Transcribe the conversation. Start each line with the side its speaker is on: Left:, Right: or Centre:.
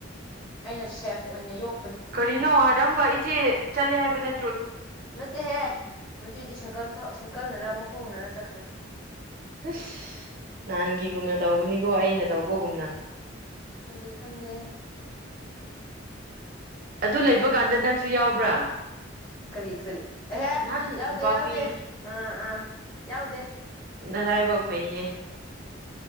Left: ꯑꯩꯅ ꯁꯦꯐ ꯑꯣꯏꯅ ꯌꯣꯛ
Right: ꯀꯔꯤꯅꯣ ꯍꯔꯗꯝꯒ ꯏꯆꯦ ꯆꯠꯂꯦ ꯍꯥꯏꯕꯅ
Left: ꯅꯠꯇꯦꯍꯦ ꯅꯠꯇꯦꯗꯤ ꯁꯩꯀꯜ ꯁꯩꯀꯜꯅꯔ ꯑꯃꯨꯛ ꯈꯣꯡꯔꯥ ꯆꯠꯈ꯭ꯔꯦ
Right: ꯑꯁ ꯅꯍꯥꯟꯒꯤꯒꯨꯝꯅ ꯇꯧꯕꯅꯤꯀꯣ ꯑꯩꯅ ꯇꯧꯕꯒꯨꯝꯅ
Left: ꯈꯪꯗꯦ ꯈꯪꯗꯦ
Right: ꯑꯗꯨ ꯂꯩꯕ ꯀꯥꯟꯗ ꯅꯪꯁꯨ ꯌꯥꯎꯕ꯭ꯔꯥ
Left: ꯈꯔꯤ ꯈꯔꯤ ꯑꯦꯍꯦ
Right: ꯅꯍꯥꯟ
Left: ꯌꯥꯎꯗꯦ
Right: ꯄꯥꯛꯄꯤ
Left: ꯌꯥꯎꯗꯦ ꯑꯥ ꯑꯥ ꯌꯥꯎꯗꯦ
Right: ꯅꯔꯏꯐꯥꯎ ꯐꯩꯍꯦ